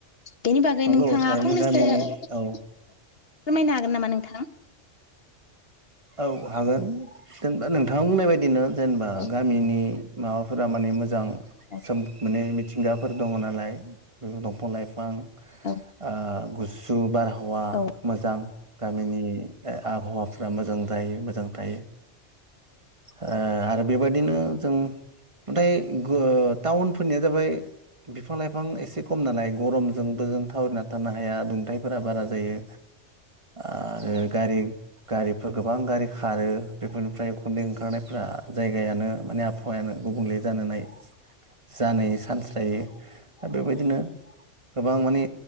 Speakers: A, on the left (about 55°); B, on the right (about 25°).
A: बेनि बागै
B: नंगौ
A: नोंथाङा
B: थारैनो
A: फंनैसो
B: गामिनि औ
A: फोरमायनो हागोन नामा नोंथां।
B: औ हागोन जेनेबा नोंथाङा बुंनाय बायदिनो। जेनेबा
A: औ
B: गामिनि माबाफोरा माने मोजां
A: औ
B: सो माने मिथिंगाफोर दङ नालाय बे दंफां लाइफां
A: औ
B: ओ <unintelligible> <unintelligible> आबहावा
A: औ
B: मोजां गामिनि आबहावाफ्रा मोजां जायो मोजां थायो ओ आरो बेबादिनो जों ओमफ्राय टाउनफोरनिया जाबाय बिफां लाइफां एसे खम नालाय गरमजोंबो जों थावरिना थानो हाया दुंथाइफोरा बारा जायो आरो गारि गारिफो गोबां गारि खारो बेफोरनिफ्राय उखुन्दै ओंखारनायफ्रा जायगायानो माने आबहावायानो गुबुंले जानानै जानायनि चान्स थायो। दा बेबायदिनो गोबां माने